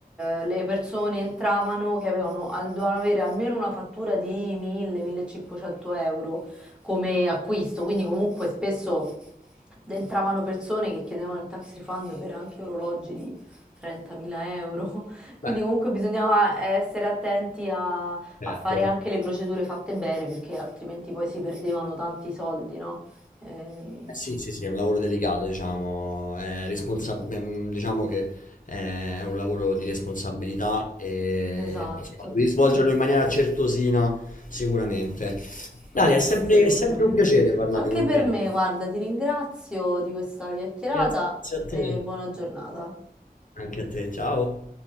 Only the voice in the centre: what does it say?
eh, le persone entravano che avevano, al- dovevano avere almeno una fattura di 1000-1500 euro come acquisto, quindi comunque spesso entravano persone che chiedevano il tax refund per anche orologi di 30.000 euro, <laughs> quindi
comunque bisognava essere attenti a, a
fare anche le procedure fatte bene perché altrimenti poi si perdevano tanti soldi, no? Ehm,
esatto.
Con attenzione.
Anche
per
me, guarda, ti ringrazio di questa chiacchierata
e buona giornata.